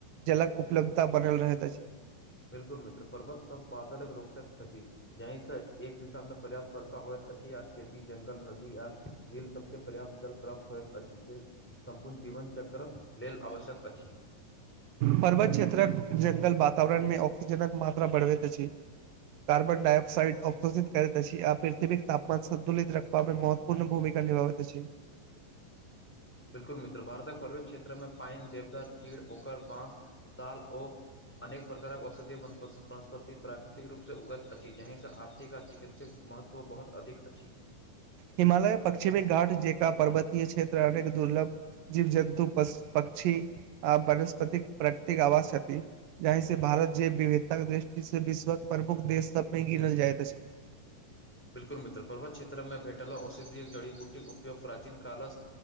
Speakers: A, on the right; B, in the centre.
A: जलक उपलब्धता बनल रहैत अछि।
B: बिल्कुल मित्र पर्वत सब बातलक रोकैत छथि। जहि सँ एक दिशा मे पर्याप्त वर्षा होइत अछि आ खेती जंगल नदी आ- झील सबके पर्याप्त जल प्राप्त होइत अछि जे सम्पूर्ण जीवन चक्र- लेल आवश्यक अछि।
A: पर्वत क्षेत्रक जंगल वातावरण में ऑक्सीजनक मात्रा बढ़बैत अछि। कार्बन डायऑक्सइड अवशोषित करैत अछि आ पृथ्विक तापमान संतुलित रख तबे मे महत्वपूर्ण भूमिका निभाबैत अछि।
B: बिल्कुल मित्र भारतक पर्वत क्षेत्र मे पैन देवदार चीड़ ओकर बाँस साल ओ- अनेक प्रकारक औषधीय वन वनस्पति प्राकृतिक रूप से उगैत अछि जहिं से आर्थिक आ चिकित- जे महत्व बहुत अधिक अछि।
A: हिमालय पश्चिमी घाट जेका पर्वतीय क्षेत्र अनेक दुर्लभ- जीव जन्तु पक्षी आ वनस्पतिक प्रकतिक आवास छथि। जही से भारत जे विविधता के दृष्टि से विश्व के प्रमुख देश सब मे गिनल जाइत अछि।
B: बिल्कुल मित्र पर्वत क्षेत्र मे भेटल औषधिय एक जड़ी बूटीक उपयोग प्राचीन कालस